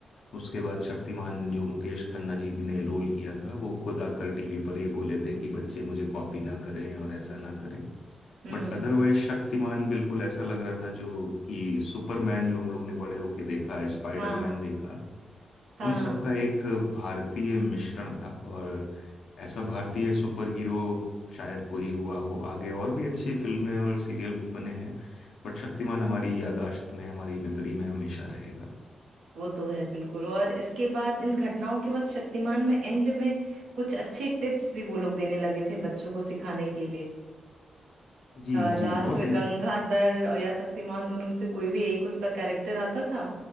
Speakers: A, on the left; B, on the right.
A: उसके बाद शक्तिमान जो मुकेश खन्ना जी ने रोल किया था वो खुद आकर टीवी पर ये बोले थे कि बच्चे मुझे कॉपी ना करें और ऐसा ना करें
B: हम्म
A: बट अदरवाइज शक्तिमान बिल्कुल ऐसा लग रहा था जो कि सुपरमैन जो हम लोग ने बड़े होके देखा है स्पाइडरमैन
B: हाँ
A: देखा
B: हाँ
A: उन सबका एक भारतीय मिश्रण था और ऐसा भारतीय सुपर हीरो शायद कोई हुआ हो आगे और भी अच्छी फिल्में और सीरियल बने हैं बट शक्तिमान हमारी याददाश्त में हमारी मेमोरी में हमेशा रहेगा
B: वो तो है बिल्कुल और इसके बाद इन घटनाओं के बाद शक्तिमान में एंड में कुछ अच्छे टिप्स भी वो लोग देने लगे थे बच्चों को सिखाने के लिए
A: जी
B: लास्ट
A: जी बहुत
B: में गंगाधर और या शक्तिमान दोनों में से कोई भी एक उसका कैरेक्टर आता था